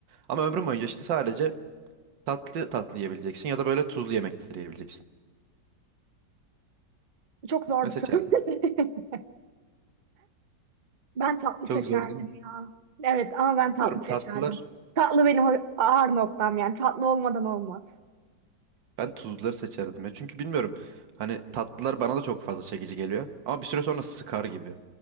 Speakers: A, on the right; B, on the right.
A: Ama ömrün boyunca işte sadece tatlı tatlı yiyebileceksin ya da böyle tuzlu yemekleri yiyebileceksin.
B: Çok zor
A: Ne
B: bir
A: seçerdin?
B: soru. <laughs> Ben tatlı
A: Çok
B: seçerdim
A: zor değil mi?
B: ya. Evet ama ben
A: Bilmiyorum
B: tatlı seçerdim.
A: tatlılar.
B: Tatlı benim o ağır noktam yani. Tatlı olmadan olmaz.
A: Ben tuzluları seçerdim ya. Çünkü bilmiyorum. Hani tatlılar bana da çok fazla çekici geliyor. Ama bir süre sonra sıkar gibi.